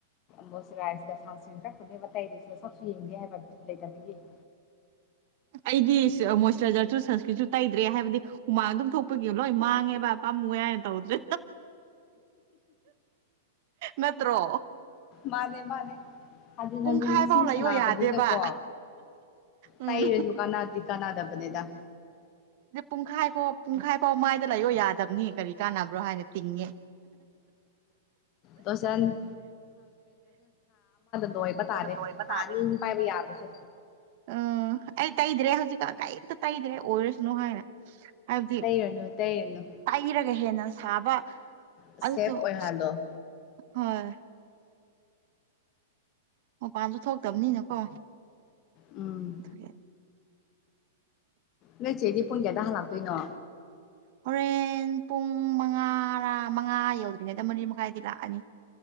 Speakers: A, on the left (about 40°); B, on the right (about 55°).
A: ꯃꯣꯁ ꯔꯥꯏꯁꯀ ꯁꯁ ꯀꯛꯄꯅꯦꯕ ꯇꯇꯩꯗꯤꯁꯦ ꯁꯛꯁꯨꯨ ꯌꯦꯡꯒꯦ ꯍꯥꯏꯕ ꯂꯩꯇꯕꯒꯤ <inaudible>
B: ꯑꯩꯗꯤ ꯃꯣꯏꯆꯔꯥꯏꯖꯔꯁꯨ ꯁꯟꯁꯀ꯭ꯔꯤꯠꯁꯨ ꯇꯩꯗ꯭ꯔꯦ ꯍꯥꯏꯕꯗꯤ ꯍꯨꯃꯥꯡ ꯑꯗꯨꯝ ꯊꯣꯛꯄꯒꯤ ꯂꯣꯏ ꯃꯥꯡꯉꯦꯕ ꯄꯥꯝꯃꯨ ꯍꯥꯏꯏꯅ ꯇꯧꯗ꯭ꯔꯦ ꯅꯠꯇ꯭ꯔꯣ
A: ꯃꯥꯅꯦ ꯃꯥꯅꯦ ꯍꯟꯖꯤꯟ
B: ꯄꯨꯡꯈꯥꯏ
A: ꯍꯟꯖꯤꯟ ꯂꯤꯁꯤꯡ
B: ꯐꯥꯎ ꯂꯩꯌꯣ
A: ꯁꯥꯟꯅꯥꯅꯕꯅꯤꯅꯀꯣ
B: ꯌꯥꯗꯦꯕ ꯎꯝ
A: ꯇꯩꯔꯁꯨ ꯀꯅ ꯀꯥꯟꯅꯗꯕ ꯅꯦꯗ
B: ꯑ ꯄꯨꯡꯈꯥꯏ ꯐꯥꯎ ꯄꯨꯡꯈꯥꯏꯐꯥꯎ ꯃꯥꯏꯗ ꯂꯩꯌꯣ ꯌꯥꯗꯕꯅꯤ ꯀꯔꯤ ꯀꯥꯟꯅꯕ꯭ꯔꯣ ꯍꯥꯏꯅ ꯇꯤꯡꯉꯦ
A: ꯂꯣꯁꯟ ꯑꯣꯏꯕ ꯇꯥꯔꯦ
B: ꯑꯗ ꯂꯣꯏꯕ
A: ꯅꯍꯅꯤꯨꯝ
B: ꯇꯥꯔꯦ
A: ꯄꯥꯏꯕ ꯌꯥꯕꯁꯦ
B: ꯎꯝ ꯑꯩ ꯇꯩꯗ꯭ꯔꯦ ꯍꯧꯖꯤꯛꯀꯥꯟ ꯀꯩꯝꯇ ꯇꯩꯗ꯭ꯔꯦ ꯑꯣꯏꯔꯁꯅꯨ ꯍꯥꯏꯅ ꯍꯥꯏꯕꯗꯤ
A: ꯇꯩꯅꯨ ꯇꯩꯅꯨ
B: ꯇꯩꯔꯒ ꯍꯦꯟꯅ ꯁꯥꯕ
A: ꯁꯦꯞ
B: ꯑꯗꯨꯗꯣ
A: ꯑꯣꯏꯍꯜꯂꯣ
B: ꯑ ꯍꯣꯏ ꯃꯄꯥꯟꯁꯨ ꯊꯣꯛꯇꯕꯅꯤꯅꯀꯣ
A: ꯎꯝ
B: ꯑꯗꯨꯒꯤ
A: ꯅꯣꯏꯆꯦꯗꯤ ꯄꯨꯡ ꯀꯌꯥꯗ ꯍꯜꯂꯛꯇꯣꯏꯅꯣ
B: ꯍꯣꯔꯦ ꯌꯦꯟ ꯄꯨꯡ ꯃꯉꯥ ꯃꯉꯥ ꯌꯧꯗ꯭ꯔꯤꯉꯩꯗ ꯃꯔꯤ ꯃꯈꯥꯏꯗꯤ ꯂꯥꯛꯑꯅꯤ